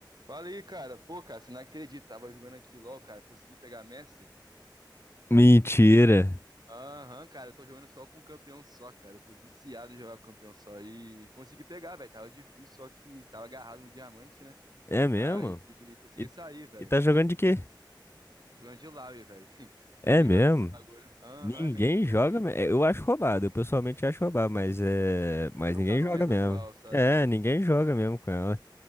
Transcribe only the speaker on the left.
Mentira.
É mesmo?
E,
e tá jogando de quê?
É mesmo?
Ninguém
joga.
me- é, Eu acho roubado. Eu pessoalmente acho roubado, mas é. Mas
ninguém
joga
mesmo.
É,
ninguém joga mesmo com ela.